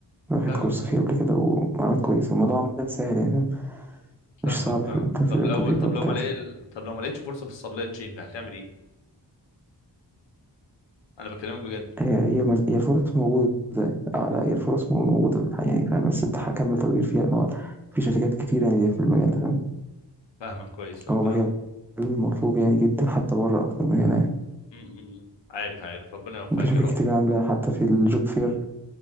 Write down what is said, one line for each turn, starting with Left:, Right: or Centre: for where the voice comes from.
Centre: واخد
Left: فاهم
Centre: كورس فيه قبل كده ومعلومات كويسة الموضوع عامة سهل يعني فاهم؟
Left: فاهمك
Centre: مش صعب
Left: فاهمك
Centre: في الانتر- في
Left: طب
Centre: الانترفيو
Left: لو طب
Centre: بتاعتها
Left: لو ما لقي... طب لو ما لقيتش فرصة في السبلاي تشين هتعمل ايه؟ انا بكلمك بجد
Centre: هي هي مز- هي الفرص موجودة اه لا هي الفرص مو- موجودة بالحقيقة يعني فاهم بس انت هكمل تدوير فيها ان هو في شركات كتير يعني في المجال ده فاهم
Left: فاهمك كويس ربنا
Centre: هو مجال مطلوب يعني جدا حتى بره أكتر من هنا يعني.
Left: أمم، أمم. عارف عارف ربنا يوفقك
Centre: في شركات
Left: يا رب
Centre: كتير عاملة حتى في الجوب فير